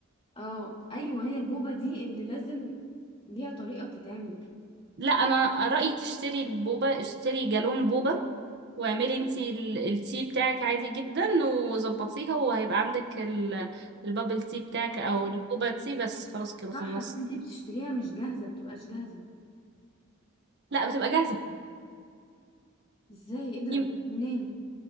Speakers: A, on the left; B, on the right.
A: اه ايوه هي البوبه دي اللي لازم ليها طريقه بتتعمل
B: لا انا رايي تشتري البوبا اشتري جالون بوبا واعملي انت ال- التي بتاعك عادي جدا وظبطيها وهيبقى عندك ال... البابل تي بتاعك
A: أيوة.
B: او البوبا تي بس خلاص كده
A: صح
B: خلصت
A: بس انتي بتشتريها مش جاهزه بتبقاش جاهزه
B: لا بتبقى جاهزه
A: ازاي ايه ده
B: في
A: منين